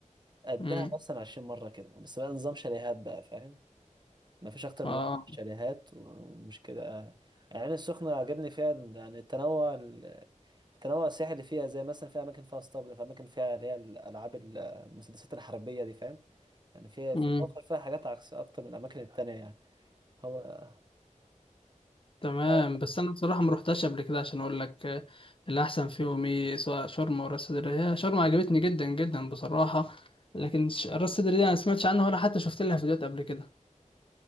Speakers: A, on the right (about 35°); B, on the left (about 40°).
A: قدها
B: كده
A: مثلا 20 مرة كده بس بقى نظام شاليهات بقى فاهم؟ ما فيش اكتر
B: اه
A: من شاليهات ومش كده آه، العين السخنه عجبني فيها إن- يعني التنوع التنوع السياحي اللي فيها زي مثلا في اماكن فيها اسطبل في اماكن فيها اللي هي الالعاب ال- المسدسات الحربيه دي فاهم يعني فيها في
B: امم
A: مصر فيها حاجات عكس اكتر من الاماكن التانية يعني هو
B: تمام
A: آه،
B: بس انا بصراحه ما روحتش قبل كده عشان اقول لك آه، الاحسن فيهم ايه سواء شرم ولا راس سدر هي شرم عجبتني جدا جدا بصراحه لكن ش- راس سدر دي انا ما سمعتش عنها ولا حتى شفت لها فيديوهات قبل كده